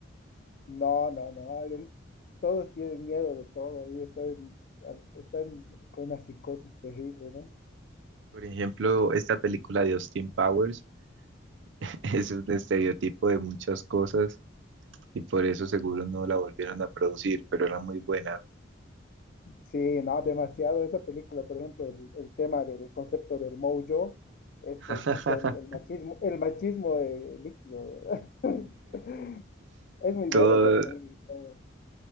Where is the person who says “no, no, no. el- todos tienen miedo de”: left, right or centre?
Left